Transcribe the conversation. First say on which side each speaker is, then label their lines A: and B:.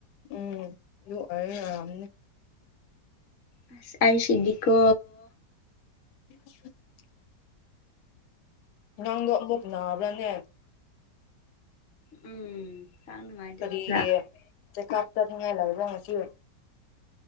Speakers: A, on the left; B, on the left.
A: ꯎꯝ ꯑꯗꯨ ꯑꯣꯏꯔ ꯌꯥꯔꯝꯅꯤ
B: ꯑꯩ ꯑꯩꯁꯤꯗꯤꯀꯣ
A: <inaudible> ꯅꯪꯗꯣ ꯑꯃꯨꯛ ꯅꯥꯕ꯭ꯔꯥꯅꯦ
B: ꯎꯝ ꯍꯛꯆꯥꯡ ꯅꯨꯡꯉꯥꯏꯇꯕ
A: ꯀꯔꯤꯒꯤ
B: ꯈꯔ
A: ꯆꯥꯛꯆꯥ ꯆ ꯊꯉꯥꯏ ꯂꯩꯕ ꯉꯥꯁꯤ